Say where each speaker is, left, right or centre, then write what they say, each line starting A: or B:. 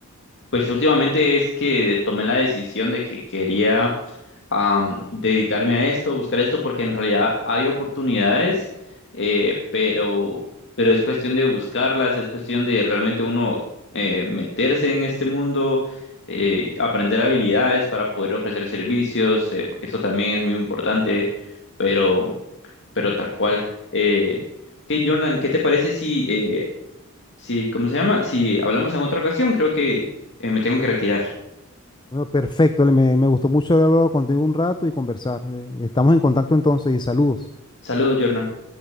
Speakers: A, on the left; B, on the left.
A: pues últimamente es que tomé la decisión de que quería am, dedicarme a esto, buscar esto, porque en realidad hay oportunidades, eh, pero, pero es cuestión de buscarlas, es cuestión de realmente uno eh, meterse en este mundo, eh, aprender habilidades para poder ofrecer servicios, eh, porque eso también es muy importante, pero... pero tal cual. Eh, ok, Jordan, ¿qué te parece si, eh, si, ¿cómo se llama? Si hablamos en otra ocasión, creo que eh, me tengo que retirar.
B: Bueno, perfecto. Ale, Me, me gustó mucho haber hablado contigo un rato y conversar. Eh, Estamos en contacto entonces y saludos.
A: Saludos, Jordan.